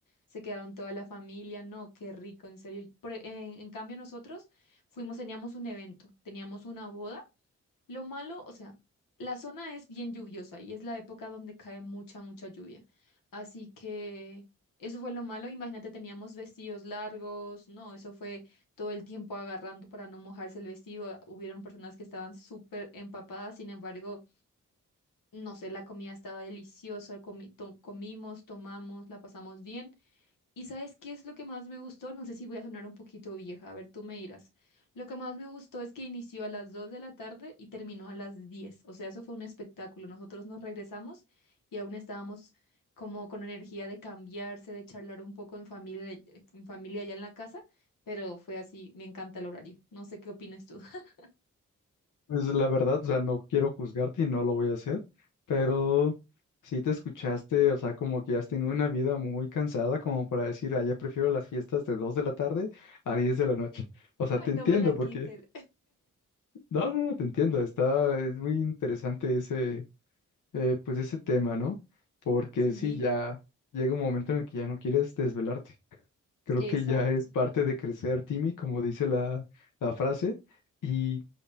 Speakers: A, on the left; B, on the left.
A: se quedaron toda la familia, no, qué rico, en serio. Por- en en cambio nosotros fuimos, teníamos un evento, teníamos una boda. Lo malo, o sea, la zona es bien lluviosa y es la época donde cae mucha, mucha lluvia. Así que eso fue lo malo. Imagínate, teníamos vestidos largos, no, eso fue todo el tiempo agarrando para no mojarse el vestido. Hubieron personas que estaban súper empapadas, sin embargo, no sé, la comida estaba deliciosa, comi- to- comimos, tomamos, la pasamos bien. ¿Y sabes qué es lo que más me gustó? No sé si voy a sonar un poquito vieja, a ver, tú me dirás. Lo que más me gustó es que inició a las 2 de la tarde y terminó a las 10, O sea, eso fue un espectáculo. Nosotros nos regresamos y aún estábamos como con energía de cambiarse, de charlar un poco en familia, en familia allá en la casa, pero fue así, me encanta el horario. No sé qué opinas tú. <laughs>
B: Pues la verdad, o sea, no quiero juzgarte y no lo voy a hacer, pero sí te escuchaste, o sea, como que has tenido una vida muy cansada, como para decir, ah, ya prefiero las fiestas de 2 de la tarde a 10 de la noche. O sea,
A: Ay,
B: te
A: no
B: entiendo,
A: me la quiten.
B: porque, no, no, no, te entiendo, está, es muy interesante ese, eh, pues ese tema, ¿no? Porque
A: Sí,
B: sí, ya llega un momento en el que ya no quieres desvelarte. Creo
A: exacto.
B: que ya es parte de crecer, Timmy, como dice la, la frase, y...